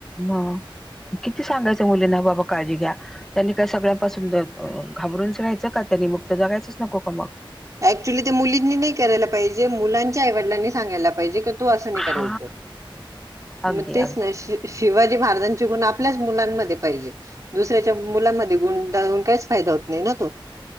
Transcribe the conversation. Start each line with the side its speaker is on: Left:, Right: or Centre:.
Centre: म किती सांगायचं मुलींना बाबा काळजी घ्या! त्यांनी काय सगळ्या पासून द- अ- घाबरूनच राहायचं का! त्यानी मग त जगायचंच नको का मग!
Right: ऍक्च्युली ते मुलींनी नाही करायला पाहिजे, मुलांच्या आवडलांनी सांगायला पाहिजे का तू असं नाही
Centre: हा
Right: खरं आहे एकदम!
Centre: अगदी
Right: म टेच
Centre: अगदी
Right: <unintelligible> शिवाजी महाराजांचे गुण आपल्याच मुलांमध्ये पाहिजे. दुसऱ्याच्या मुलामध्ये गुण <unintelligible> काहीच फायदा होत नाही ना तो!